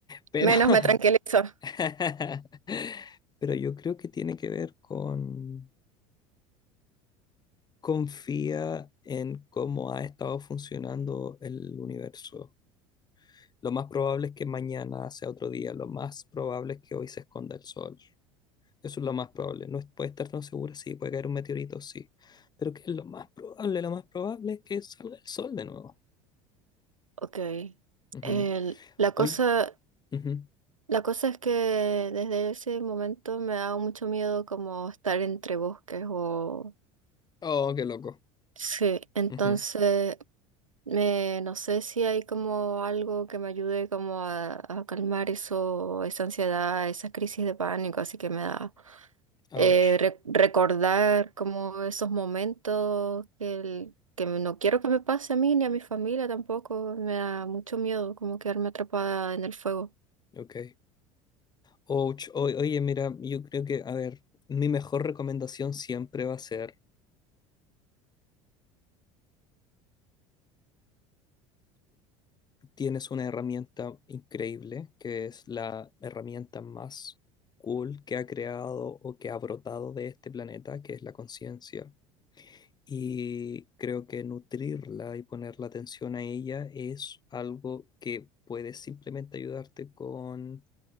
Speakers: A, on the left; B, on the right.
A: pero,
B: menos me tranquilizo.
A: <laughs> pero yo creo que tiene que ver con confía en cómo ha estado funcionando el universo. Lo más probable es que mañana sea otro día, lo más probable es que hoy se esconda el sol. Eso es lo más probable. No es- puede estar tan segura, sí, puede caer un meteorito, sí. Pero ¿qué es lo más probable? Lo más probable es que salga el sol de nuevo.
B: Ok.
A: Ujú.
B: El- la
A: Hoy.
B: cosa,
A: ujú.
B: la cosa es que desde ese momento me da mucho miedo como estar entre bosques o...
A: Oh, qué loco.
B: Sí, entonces
A: Ujú.
B: Eh, no sé si hay como algo que me ayude como a, a calmar eso, esa ansiedad, esas crisis de pánico, así que me da
A: Ouch.
B: eh, re- recordar como esos momentos que, el- que no quiero que me pase a mí ni a mi familia tampoco, me da mucho miedo como quedarme atrapada en el fuego.
A: Ok. Ouch. O- oye, mira, yo creo que, a ver, mi mejor recomendación siempre va a ser tienes una herramienta increíble, que es la herramienta más cool que ha creado o que ha brotado de este planeta, que es la conciencia. Y creo que nutrirla y poner la atención a ella es algo que puede simplemente ayudarte con